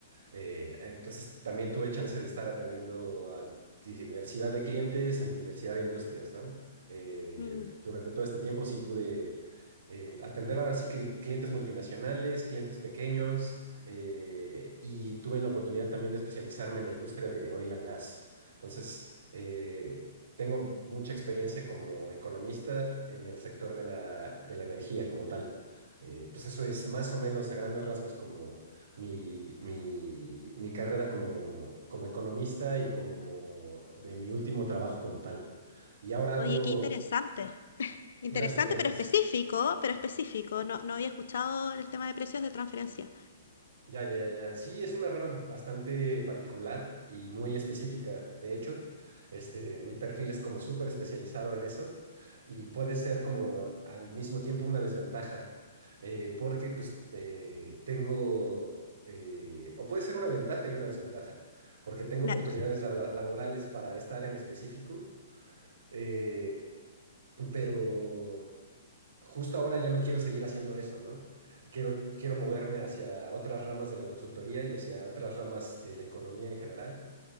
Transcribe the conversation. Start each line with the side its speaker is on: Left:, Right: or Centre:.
Right: Eh, entonces también tuve chance de estar atendiendo a diversidad de clientes en diversidad de industrias, ¿no? Eh,
Left: mm.
Right: durante todo este tiempo sí pude eh, atender ahora sí que clientes multinacionales, clientes pequeños, eh, y tuve la oportunidad también de especializarme en la industria de oil and gas. Entonces, eh, tengo mucha experiencia como economista en el sector de la, de la energía como tal. Eh, pues eso es más o menos a grandes rasgos como mi, mi, mi carrera como, como economista y como de mi último trabajo como tal. Y ahora ando,
Left: Oye, qué interesante. Interesante,
Right: gracias, gracias.
Left: pero específico, pero específico. No, no había escuchado el tema de precios de transferencia.
Right: Ya, ya, ya. Sí, es una rama bastante particular y muy específica. De hecho, este, mi perfil es como súper especializado en eso y puede ser como al mismo tiempo una desventaja, eh, porque pues eh, tengo, eh, o puede ser una ventaja y una desventaja, porque tengo
Left: Claro.
Right: oportunidades labora- laborales para estar en específico, eh, pero justo ahora ya no quiero seguir haciendo eso, ¿no? Quiero, quiero moverme hacia otras ramas de la consultoría y hacia otras ramas de la economía en general.